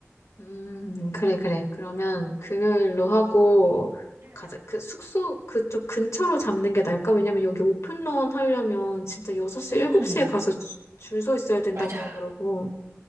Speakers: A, on the left; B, on the right.
A: 음, 그래, 그래. 그러면 금요일로 하고,
B: 응.
A: 가자. 그 숙소 그쪽 근처로 잡는 게 나을까? 왜냐면 여기 오픈런 하려면 진짜 6시,
B: 음,
A: 7시에 가서 줄 서 있어야 된다고
B: 맞아.
A: 하더라고.